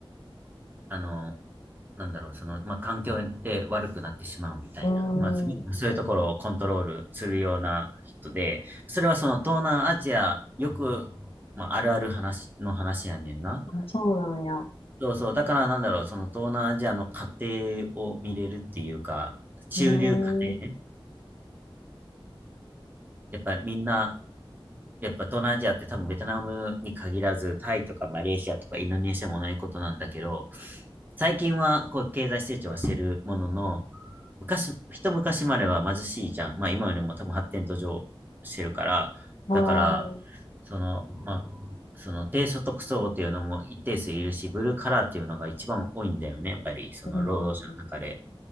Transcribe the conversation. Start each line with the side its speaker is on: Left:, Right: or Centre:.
Right: あの、なんだろう、その、まあ、環境で悪くなってしまうみたいな、
Left: うん。
Right: まあ、すごくそういうところをコントロールするような人で、
Left: うん
Right: それはその東南アジア、よく、まあ、あるある話の話やねんな。
Left: あ、そうなんや。う
Right: そうそう、だからなんだろう、その東南アジアの家庭を見れるっていうか、中流家庭ね。
Left: ーん。
Right: やっぱりみんなやっぱ東南アジアって多分ベトナムに限らず、タイとかマレーシアとかインドネシアもないことなんだけど、最近はこう経済成長はしてるものの、昔、一昔までは貧しいじゃん。まあ今よりも多分発展途上してるから、
Left: ああ。
Right: だから、その、まあ、その低所得層っていうのも一定数いるし、ブルーカラーっていうのが一番多いんだよね。やっぱりその労働者の中で。
Left: うんうん